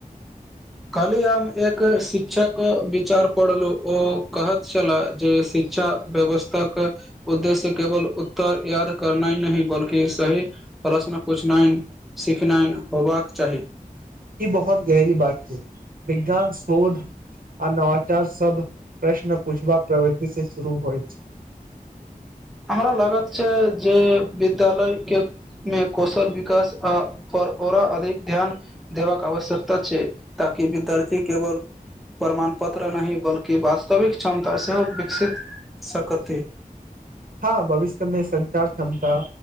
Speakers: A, in the centre; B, on the right.
A: काल्हि हम एक शिक्षक विचार पढ़लहु ओ कहैत छलाह जे शिक शिक्षा व्यवस्था के उद्देश्य केवल उत्तर याद करना नहि बल्कि सही प्रश्न पूछनाहि सिखनाइनि होयबाक चाही
B: ई बहुत गहरी बात ही विज्ञान शोध आ नवचार सब प्रश्न पूछबाक प्रवृति से शुरू होइ छै
A: हमरा लागत छै जे विद्यालय के मे कौशल विकास आ पर ओरा अधिक ध्यान देबाक आवश्यकता छै ताकि विद्यार्थी केवल प्रमाण पत्र नहि बल्कि वास्तविक क्षमता सेहो विकसित सकति
B: हँ भविष्य मे संचार क्षमता